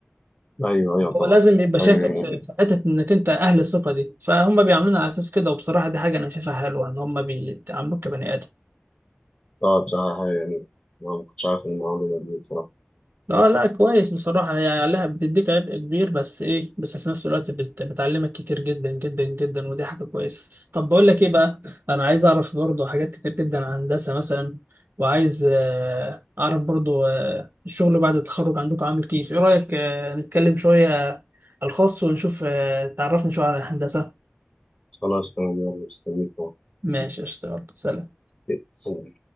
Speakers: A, on the left; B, on the right.
A: ايوه ايوه طبعا
B: هو لازم يبقى شافك
A: حاجه جميله
B: في
A: جدا
B: في حتة إنك أنت أهل الثقة دي فهم بيعاملونا على أساس كده وبصراحة دي حاجة أنا شايفها حلوة إن هم بيعاملوك كبني آدم
A: اه بصراحه حاجه جميله أنا ما كنتش عارف المعلومه دي بصراحه
B: اه لا كويس بصراحة هي عليها بتديك عبء كبير بس ايه بس في نفس الوقت بت... بتعلمك كتير جدا جدا جدا ودي حاجة كويسة طب بقول لك ايه بقى انا عايز اعرف برضو حاجات كتير جدا عن هندسة مثلا وعايز آه، اعرف برضو آه، الشغل بعد التخرج عندكم عامل كيف ايه رأيك آه، نتكلم شوية على الخاص ونشوف آه، تعرفني شوية عن الهندسة
A: خلاص تمام يلا مستنيك
B: ماشي اشتغل سلام
A: أهو.